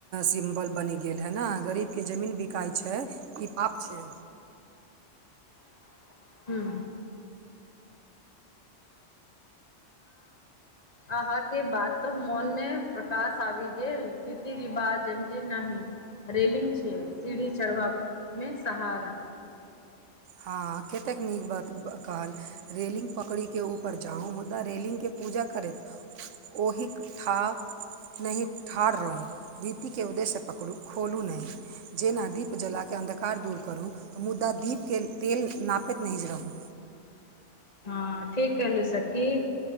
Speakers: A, on the right (about 75°); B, on the left (about 35°).
A: सिम्पल बनि गेल है ने गरीब केँ जमीन बिकाइ छै ई पाप छै।
B: <unintelligible> हऽ अहाँ केँ बात। तऽ मोन में प्रकाश आबि गेल रीति रिवा जेनाही। रेलिंग छीे सीढ़ी चढ़वा में सहारा।
A: हँ कतेक नीक बात कहल रेलिंग पकड़िके ऊपर जाउ मुदा रेलिगकेँ पूजा करैत ओहिक ठाक। नहि ठाढ़ रहु रीति के उदय से पकड़ू खोलू नहि। जेना दीप जलाके अन्धकार दूर करू तऽ मुदा दीपके तेल नापैत नहि रहू।
B: हँ ठीक कहलु सखी।